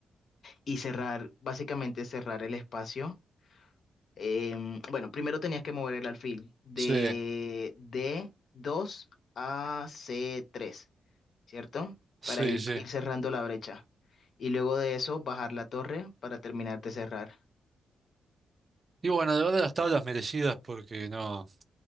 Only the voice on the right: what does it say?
Sí,
sí,
sí.
Y bueno, de verdad las tablas merecidas porque no...